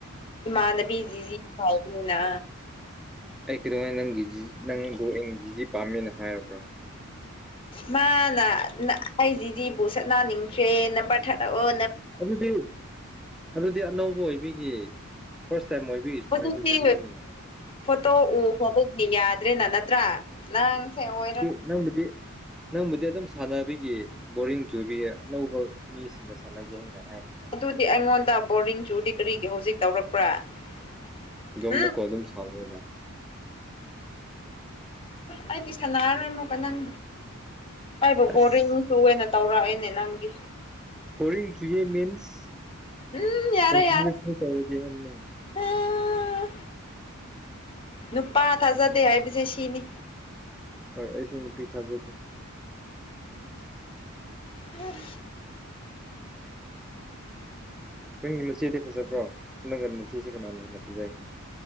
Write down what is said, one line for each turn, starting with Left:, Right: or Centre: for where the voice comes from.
Left: ꯏꯃꯥꯟꯅꯕꯤ ꯖꯤꯖꯤ ꯄꯕꯅꯤꯅ
Centre: ꯑꯩ ꯀꯩꯗꯧꯉꯥꯏ ꯅꯪꯒꯤ ꯖꯤ ꯅꯪꯕ ꯑꯦꯟꯒꯤꯖꯤꯖꯤ ꯄꯥꯝꯃꯦꯅ ꯍꯥꯏꯔꯕ꯭ꯔꯣ
Left: ꯃꯥ ꯅ ꯑꯩꯁꯤꯗꯤꯕꯨ ꯁꯠꯅꯟꯅꯤꯡꯗ꯭ꯔꯦ ꯅꯝꯕꯔ ꯊꯥꯔꯗꯛꯑꯣ
Centre: ꯑꯗꯨꯗꯤ ꯑꯗꯨꯗꯤ ꯑꯅꯧꯕ ꯑꯣꯏꯕꯤꯒꯤ ꯐꯥꯔꯁ ꯇꯥꯏꯝ ꯃ ꯑꯣꯏꯕꯤꯁꯤꯡ
Left: ꯍꯧꯖꯤꯛꯇꯤ
Centre: ꯍꯥꯏꯦꯜꯅꯤꯡꯉꯤ
Left: ꯐꯣꯇꯣ ꯎ ꯈꯣꯕꯅꯤ ꯌꯥꯗ꯭ꯔꯦꯅ ꯅꯠꯇ꯭ꯔꯥ ꯅꯪꯁꯦ ꯑꯣꯏꯔ
Centre: ꯅꯪ ꯅꯥꯗꯤ ꯅꯪꯕꯨꯗꯤ ꯑꯗꯨꯝ ꯁꯥꯟꯅꯕꯤꯒꯤ ꯕꯣꯔꯤꯡ ꯆꯨꯕꯤ ꯑꯅꯧꯕ ꯃꯤꯁꯤꯡꯗ ꯁꯥꯟꯅꯒꯦ ꯍꯥꯏꯅ ꯍꯥꯏꯔꯝꯃꯤ
Left: ꯑꯗꯨꯗꯤ ꯑꯩꯉꯣꯟꯗ ꯕꯣꯔꯤꯡ ꯆꯨꯗꯤ ꯀꯔꯤꯒꯤ ꯍꯧꯖꯤꯛ ꯇꯧꯔꯛꯄ꯭ꯔꯥ꯫ <unintelligible>
Centre: ꯑꯗꯣ ꯑꯃꯨꯛꯀ ꯑꯗꯨꯝ ꯁꯥꯎꯅꯤꯅ
Left: ꯑꯩꯗꯤ ꯁꯅꯥꯔꯣꯏ ꯑꯃꯨꯛꯀ ꯅꯪ ꯑꯩꯥꯕꯨ
Centre: ꯑꯁ
Left: ꯕꯣꯔꯤꯡ ꯇꯨ ꯑꯣꯏꯅ ꯇꯧꯔꯛꯑꯦꯅꯦ ꯅꯪꯗꯤ꯫
Centre: ꯕꯣꯔꯤꯡ ꯆꯨꯌꯦ ꯃꯤꯟꯁ꯫
Left: ꯎꯝ ꯌꯥꯔꯦ-ꯌꯥꯔꯦ꯫
Centre: ꯀꯟꯇꯤꯅ꯭ꯌꯨꯁꯂꯤ ꯇꯧꯔꯗꯤ ꯍꯥꯏꯕꯅꯦ
Left: ꯑꯥ ꯅꯨꯄꯥ ꯊꯥꯖꯗꯦ ꯍꯥꯏꯕꯁꯦ ꯁꯤꯅꯤ꯫
Centre: ꯍꯣꯏ ꯑꯩꯁꯨ ꯅꯨꯄꯤ ꯊꯥꯖꯗꯦ
Left: ꯎꯝ
Centre: ꯅꯪꯒꯤ ꯃꯆꯦꯗꯤ ꯐꯖꯕꯣ ꯅꯪꯒ ꯃꯆꯦꯁꯤ ꯀꯅꯥꯅ ꯍꯦꯟꯅ ꯐꯖꯩ